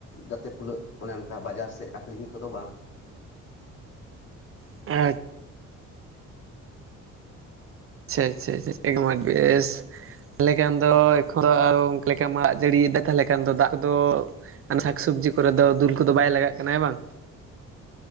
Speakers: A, on the left (about 60°); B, on the right (about 45°).
A: ᱡᱟᱛᱮ ᱠᱷᱩᱞᱟᱹᱜ, ᱚᱱᱮ ᱚᱱᱠᱟ ᱵᱟᱡᱟᱨ ᱥᱮᱫ ᱟᱹᱠᱷᱨᱤᱧ ᱠᱚᱫᱚ ᱵᱟᱝ ᱾
B: <unintelligible> ᱪᱷᱟ ᱪᱷᱟ <unintelligible> ᱵᱮᱥ ᱛᱟᱦᱚᱞᱮ ᱠᱷᱟᱱ ᱫᱚ <unintelligible> ᱞᱮᱠᱟ ᱢᱟᱜ, ᱡᱟᱹᱲᱤᱭ ᱫᱟ ᱛᱟᱦᱚᱞᱮ ᱠᱷᱟᱱ ᱫᱚ ᱫᱟᱜ ᱠᱚᱫᱚ᱾ ᱥᱟᱠᱥ ᱚᱵᱽᱡᱤ ᱠᱚᱨᱮ ᱫᱚ ᱫᱩᱞ ᱠᱚᱫᱚ ᱵᱟᱭ ᱞᱟᱜᱟᱜ ᱠᱟᱱᱟ ᱦᱮᱸ ᱵᱟᱝ?